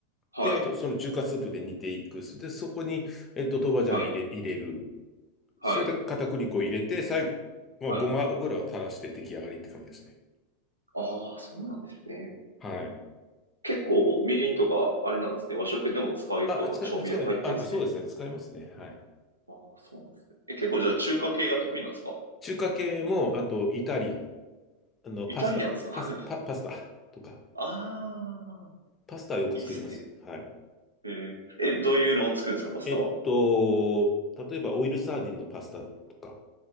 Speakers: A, on the right; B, on the left.
A: はい。
B: で、あと、その中華スープで煮ていく。で、そこに、えっと、豆板醤入れ、
A: はい。
B: 入れる。
A: はい。
B: それで片栗粉を入れて、最後、まあ、
A: はい。
B: ごま油を垂らして出来上がりって感じですね。
A: ああ、そうなんですね。
B: はい。
A: 結構、みりんとか、あれなんですね。和食でも使うような調味料入ってんですね。
B: あ、使い、使い、あ、そうですね。使いますね。はい。
A: ああ、そうなんですね。え、結構じゃあ中華系が得意なんですか
B: 中華系も、あとイタリアン、あの、
A: イタリアンですか
B: パスタ、パス、
A: <laughs>
B: パ、パスタとか、
A: ああ、
B: パスタはよく作ります。
A: いいっすね。
B: はい。
A: えーえ、どういうのを作るんですか、パスタは。
B: えっと、例えばオイルサーディンのパスタとか、